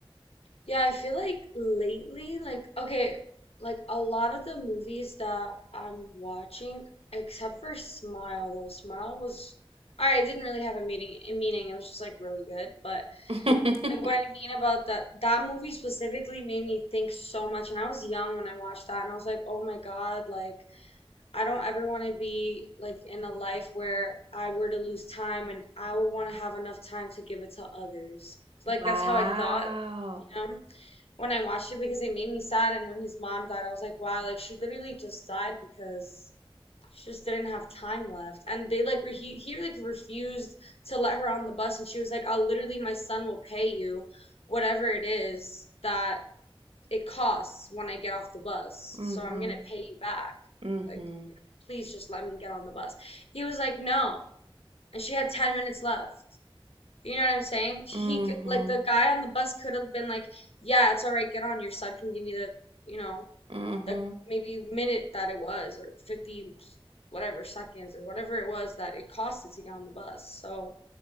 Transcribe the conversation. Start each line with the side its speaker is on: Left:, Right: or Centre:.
Left: Yeah, I feel like lately, like, okay, like a lot of the movies that I'm watching, except for Smile, though Smile was, all right, it didn't really have a meaning, a meaning. It was just like really good. But
Right: <laughs>
Left: like what I mean about that, that movie specifically made me think so much. And I was young when I watched that, and I was like, oh my God, like I don't ever want to be like in a life where I were to lose time, and I would want to have enough time to give it to others. Like
Right: Wow.
Left: that's how I thought, you know? when I watched it because it made me sad. And when his mom died, I was like, wow, like she literally just died because she just didn't have time left. And they like he he like refused to let her on the bus, and she was like, I'll literally my son will pay you whatever it is that it costs when I get off the bus,
Right: Mm-hmm.
Left: so I'm gonna pay you back.
Right: Mm-hmm.
Left: Like, you know, please just let me get on the bus. He was like, no, and she had 10 minutes left. You know what I'm saying? He
Right: Mm-hmm.
Left: could, like, the guy on the bus could have been like, yeah, it's all right, get on. Your son can give me the, you know,
Right: Mm-hmm.
Left: the maybe minute that it was, or 50 whatever seconds, or whatever it was that it costed to get on the bus. So,